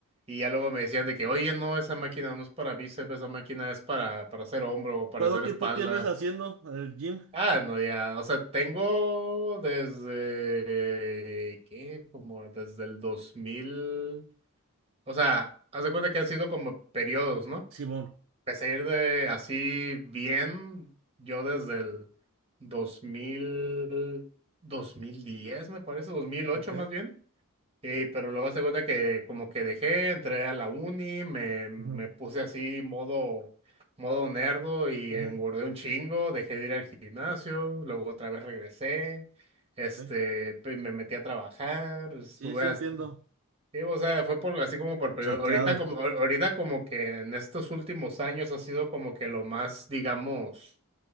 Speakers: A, on the right; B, on the right.
A: y ya luego me decían de que, oye, no, esa máquina no es para bíceps, esa máquina es para, para hacer hombro o para
B: ¿Cuánto
A: hacer
B: tiempo
A: espalda.
B: tienes haciendo el gym,
A: Ah, no, ya, o sea, tengo desde, ¿qué? Como desde el dos mil o sea, haz de cuenta que han sido como periodos, ¿no?
B: Simón?
A: Empecé a ir de así bien, yo desde el dos dos mil dos mil diez me parece, dos mil ocho
B: Ok.
A: más bien. Sí, pero luego se cuenta que como que dejé, entré a la uni, me, me
B: ujú,
A: puse así modo, modo nerdo y
B: ujú,
A: engordé un chingo, dejé de ir al gimnasio, luego otra vez regresé, este,
B: ok.
A: pe- me metí a trabajar, estuve,
B: Sí, sí entiendo.
A: as- sí, o sea, fue por, así como por, pero
B: Salteado.
A: ahorita como, ahorita como que en estos últimos años ha sido como que lo más, digamos,